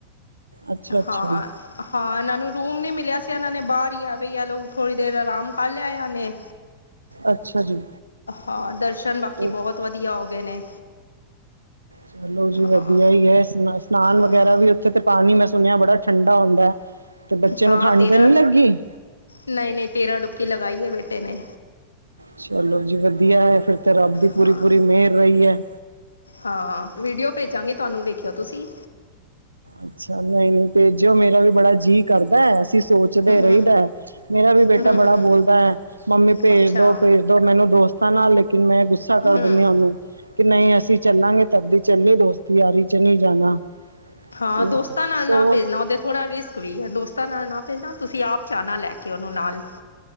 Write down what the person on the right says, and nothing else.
ਅੱਛਾ ਅੱਛਾ
ਅੱਛਾ ਜੀ।
ਤੇ
ਚਲੋ ਜੀ ਵਧੀਆ
ਹੀ ਹੈ, ਸ-ਸਨਾਨ ਵਗੈਰਾ
ਵੀ ਉੱਥੇ ਤੇ ਪਾਣੀ ਮੈਂ ਸੁਣਿਆ ਬੜਾ ਠੰਡਾ ਹੁੰਦਾ ਹੈ, ਤੇ ਬੱਚੇ
ਨੂੰ ਠੰਢ
ਤੇ ਨਹੀਂ ਲੱਗੀ।
ਚਲੋ ਜੀ ਵਧੀਆ ਹੈ, ਫੇਰ ਤੇ ਰੱਬ ਦੀ ਪੂਰੀ-
ਪੂਰੀ ਮਿਹਰ ਰਹੀ ਹੈ।
ਅੱਛਾ, ਨਹੀਂ- ਨਹੀਂ ਭੇਜਿਓ ਮੇਰਾ ਵੀ ਬੜਾ ਜੀਅ ਕਰਦਾ, ਅਸੀਂ ਸੋਚਦੇ
ਰਹਿਦਾ। ਮੇਰਾ ਵੀ ਬੇਟਾ
ਬੜਾ
ਬੋਲਦਾ ਹੈ। ਮੰਮੀ ਭੇਜ
ਦੋ- ਭੇਜ ਦੋ ਮੈਨੂੰ ਦੋਸਤਾਂ ਨਾਲ ਲੇਕਿਨ, ਮੈਂ ਗੁੱਸਾ
ਕਰ ਦਿੰਦੀ ਉਹਨੂੰ। ਕਿ ਨਹੀਂ, ਅਸੀਂ ਚੱਲਾਂਗੇ ਤਦੀ ਚੱਲਣੀ ਦੋਸਤੀ- ਯਾਰੀ ਚ ਨਹੀਂ ਜਾਣਾ।
ਤੇ
ਸੋਚ